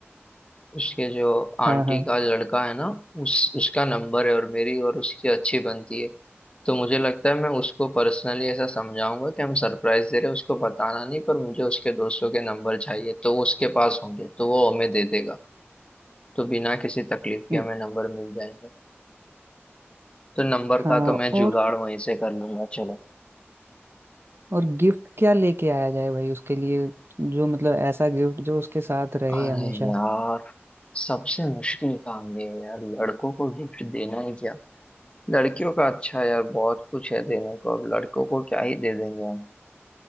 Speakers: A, on the left; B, on the right.
A: उसके जो आंटी
B: हाँ हाँ
A: का लड़का है ना उस उसका नंबर है और मेरी और उसकी अच्छी बनती है तो मुझे लगता है मैं उसको पर्सनली ऐसा समझाऊंगा कि हम सरप्राइज दे रहे हैं उसको बताना नहीं पर मुझे उसके दोस्तों के नंबर चाहिए तो वो उसके पास होंगे तो वो हमें दे देगा तो बिना किसी तकलीफ के
B: उम,
A: हमें नंबर मिल जाएंगे तो नंबर
B: हाँ
A: का तो मैं जुगाड़
B: और
A: वहीं से कर लूंगा चलो
B: और गिफ्ट क्या लेके आया जाए भाई उसके लिए जो मतलब ऐसा गिफ्ट जो उसके साथ रहे
A: अरे
B: हमेशा
A: यार सबसे मुश्किल काम ये है यार लड़कों को गिफ्ट देना ही क्या लड़कियों का अच्छा है यार बहुत कुछ है देने को अब लड़कों को क्या ही दे देंगे हम